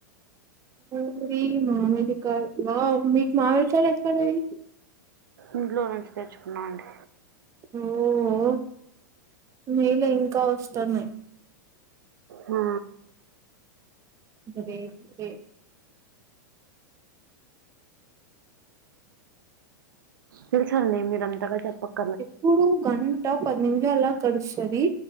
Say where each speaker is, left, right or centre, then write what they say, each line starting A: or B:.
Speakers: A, on the right; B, on the right.
A: పూరి మామిడికాయ వావ్ మీకు మామిడికాయలు ఎక్కడివి
B: ఇంట్లో నుంచి తెచ్చుకున్నాం అండి
A: ఓహో మేలే ఇంకా వస్తన్నాయి
B: ఆ
A: వే ఏ
B: తెల్స్ అండీ మీరు అంతగా చెప్పక్
A: ఎప్పుడు గంట పది నిమిషాలాగ్ గడుస్తది